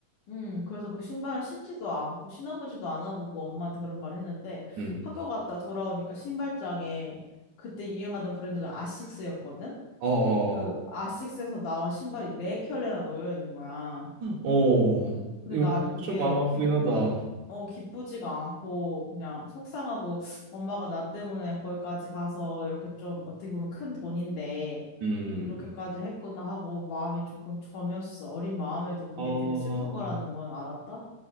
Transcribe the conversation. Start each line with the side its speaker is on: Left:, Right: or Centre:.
Left: 음, 그래서 그 신발은 신지도 않고 신어보지도 않아보고 엄마한테 그런 말을 했는데
Right: 응.
Left: 학교 갔다 돌아오니까 신발장에 그때 유행하던 브랜드가 아식스였거든?
Right: 어, 어,
Left: 그 아식스에서 나온 신발이 네 켤레나 놓여 있는 거야.
Right: 어. 어,
Left: 근데
Right: 이거
Left: 나는 그게
Right: 좀 마음 아프긴
Left: 기,
Right: 하다.
Left: 어, 기쁘지가 않고 그냥 속상하고 엄마가 나 때문에 거기까지 가서 이렇게 좀 어떻게 보면 큰 돈인데
Right: 음.
Left: 이렇게까지 했구나 하고 마음이 조금 저몄어. 어린 마음에도 그게
Right: 아,
Left: 되게 슬픈 거라는 건 알았다?